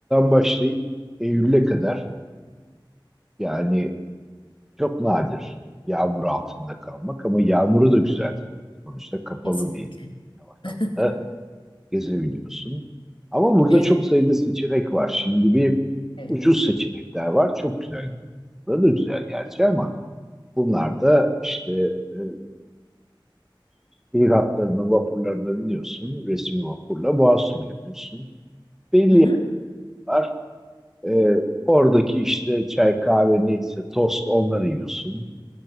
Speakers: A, in the centre; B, on the left.
A: başlayıp Eylül'e kadar yani Çok nadir yağmur altında kalmak ama yağmuru da güzel tabii. Sonuçta kapalı
B: Kesinlikle.
A: bir ortamda
B: <laughs>
A: gezebiliyorsun. Ama burada
B: Evet,
A: çok sayıda seçenek var. Şimdi bir
B: evet.
A: ucuz seçenekler var. Çok güzel. Bunlar da güzel gerçi ama bunlar da işte e, şehir hatlarına, vapurlarına biniyorsun. Resmi vapurla boğaz turu yapıyorsun. Belli
B: Hı hı.
A: yerler. var. E, oradaki işte çay kahve neyse tost onları yiyorsun.